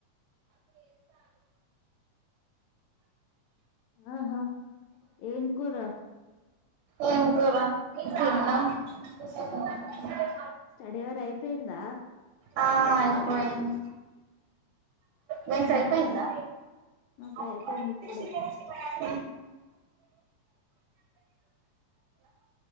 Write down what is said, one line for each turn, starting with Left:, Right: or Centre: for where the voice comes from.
Left: ఆహా ఏం కూరా
Right: ఏం కూర తిన్న కూసుడు మంటున్నారు
Left: స్టడీ అవరు అయిపోయిందా
Right: ఆ అయిపోయింది మీకు
Left: ఎన్నింటి
Right: అయ్యిపోయిందా
Left: వరకు మాకు
Right: ఆహా
Left: అయిపోయింది ఇప్పుడే